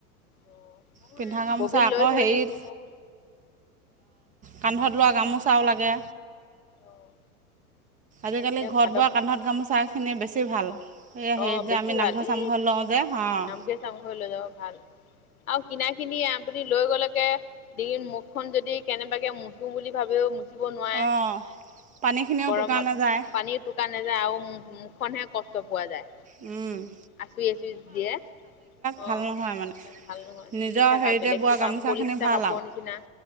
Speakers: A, on the left; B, on the right.
A: অ', মই
B: পিন্ধা গামোচা
A: ববিন
B: আকৌ
A: লৈ থৈ
B: হেৰিত
A: দিছো মই।
B: কান্ধত লোৱা গামোচাও লাগে।
A: অ',
B: আজিকালি
A: এতিয়া
B: ঘৰত
A: ভাদ
B: বোৱা
A: মাহ
B: কান্ধত গামোচাখিনি বেছি ভাল এই হেৰিত
A: অ
B: যে
A: বেছি
B: আমি নামঘৰ
A: ভাল
B: চামঘৰ
A: এ কি
B: লওঁ যে অঁ
A: নামঘৰে চামঘৰে লৈ যাব ভাল আৰু কিনাই কিনি আপুনি লৈ গ'লেকে ডিঙিত মুখ খন যদি কেনেবাকে মুচো বুলি ভাবিও মুচ ব নোৱাৰে
B: অঁ পানীখিনিও
A: গৰমত
B: টোকানে যায়
A: পানী তুকিব সূতা নাযায় আৰু মুখখনহে কষ্ট পোৱা যায়
B: উম
A: আচুৰি আচুই দিয়ে। অ
B: ভাল নহয় মানে
A: সেইবিলাক ভাল নহয়
B: নিজৰ
A: মিক্স থকা
B: হেৰিতে
A: বেলেগ
B: বোৱা
A: কিবা
B: গামোচাখিনি
A: পলিষ্টা
B: ভাল
A: কাপোৰ নিচিনা।